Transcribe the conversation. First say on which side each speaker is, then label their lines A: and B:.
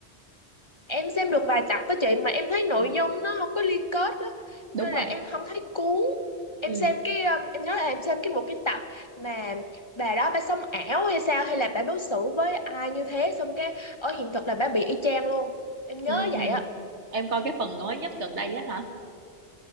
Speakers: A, on the left; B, on the right.
A: em xem được vài tập với chị mà em thấy nội
B: Ừ,
A: dung nó không có liên kết á
B: đúng
A: nên
B: rồi.
A: là em không thấy cuốn em
B: Ừ.
A: xem cái um, em nhớ là em xem cái một cái tập mà bà đó bà sống ảo hay sao hay là bà đối xử với ai như thế xong cái ở hiện thực là bà bị y chang luôn em nhớ
B: ừ ừ
A: vậy á
B: em coi cái phần mới nhất
A: dạ
B: gần đây á hả